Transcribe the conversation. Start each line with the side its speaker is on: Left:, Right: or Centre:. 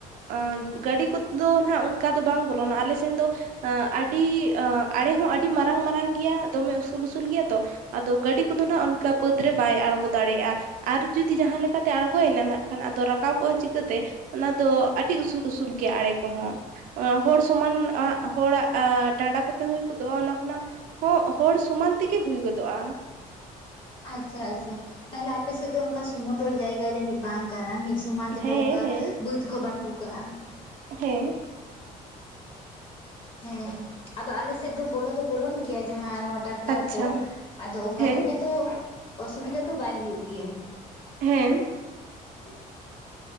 Right: ᱟᱨ ᱜᱟᱹᱰᱤ ᱠᱚᱫᱚ ᱱᱟᱦᱟᱸᱜ ᱚᱱᱠᱟ ᱫᱚ ᱵᱟᱝ ᱵᱚᱞᱚᱱᱟ ᱟᱞᱮ ᱥᱮᱱ ᱫᱚ ᱟᱸ ᱟᱹᱰᱤ ᱟ ᱟᱲᱮ ᱦᱚᱸ ᱟᱹᱰᱤ ᱢᱟᱨᱟᱝ ᱢᱟᱨᱟᱝ ᱜᱮᱭᱟ ᱫᱚᱢᱮ ᱩᱥᱩᱞ ᱩᱥᱩᱞ ᱜᱮᱭᱟ ᱛᱚ ᱟᱫᱚ ᱜᱟᱹᱰᱤ ᱠᱚᱫᱚ ᱱᱟᱦᱟᱸᱜ ᱚᱱᱠᱟ ᱵᱟᱹᱫᱽ ᱨᱮ ᱵᱟᱭ ᱟᱬᱜᱚ ᱫᱟᱲᱮᱜ-ᱟ᱾ ᱟᱨ ᱡᱩᱫᱤ ᱡᱟᱦᱟᱸ ᱞᱮᱠᱟᱛᱮ ᱟᱬᱜᱚᱭᱮᱱᱟ ᱱᱟᱜ ᱠᱷᱟᱱ ᱟᱫᱚ ᱨᱟᱠᱟᱵᱚᱜ-ᱟ ᱪᱤᱠᱟᱹᱛᱮ? ᱚᱱᱟ ᱫᱚ ᱟᱹᱰᱤ ᱩᱥᱩᱞ ᱩᱥᱩᱞ ᱜᱮᱭᱟ ᱟᱲᱮ ᱠᱚᱦᱚᱸ᱾ ᱟᱸ ᱦᱚᱲ ᱥᱚᱢᱟᱱ ᱟᱸᱜ ᱦᱚᱲᱟᱜ ᱟᱸ ᱰᱟᱸᱰᱟ ᱠᱚᱛᱮ ᱦᱩᱭ ᱜᱚᱫᱚᱜ-ᱟ ᱚᱱᱟ ᱠᱷᱚᱱᱟᱜ ᱦᱚᱸ ᱦᱚᱲ ᱥᱚᱢᱟᱱ ᱛᱮᱜᱮ ᱦᱩᱭ ᱜᱚᱫᱚᱜ-ᱟ᱾
Left: ᱟᱪᱪᱷᱟ ᱟᱪᱪᱷᱟ, ᱛᱟᱦᱚᱞᱮ ᱟᱯᱮ ᱥᱮᱫ ᱫᱚ ᱚᱱᱠᱟ ᱥᱚᱢᱚᱛᱚᱞ ᱡᱟᱭᱜᱟ ᱡᱟᱹᱱᱤᱡ ᱵᱟᱝ᱾ ᱠᱟᱨᱚᱱ ᱢᱤᱫ ᱥᱚᱢᱟᱱ ᱛᱮᱫᱚ
Right: ᱦᱮᱸ
Left: ᱚᱝᱠᱟ
Right: ᱦᱮᱸ
Left: ᱵᱟᱹᱫᱽ ᱠᱚ ᱵᱟᱹᱱᱩᱜ ᱠᱟᱜ-ᱟ᱾
Right: ᱦᱮᱸ᱾
Left: ᱦᱮᱸ, ᱟᱫᱚ ᱟᱞᱮ ᱥᱮᱫ ᱫᱚ ᱵᱚᱞᱚ ᱫᱚ ᱵᱚᱞᱚᱱ ᱜᱮᱭᱟ ᱡᱟᱦᱟᱸ ᱱᱚᱶᱟ ᱰᱟᱠᱴᱟᱨ
Right: ᱟᱪᱪᱷᱟ
Left: ᱠᱚ ᱟᱫᱚ ᱚᱱᱠᱟ
Right: ᱦᱮᱸ
Left: ᱫᱚᱢᱮ ᱫᱚ ᱚᱥᱩᱵᱤᱫᱷᱟ ᱫᱚ ᱵᱟᱭ ᱦᱩᱭᱩᱜ ᱜᱮᱭᱟ᱾
Right: ᱦᱮᱸ᱾
Left: <inaudible>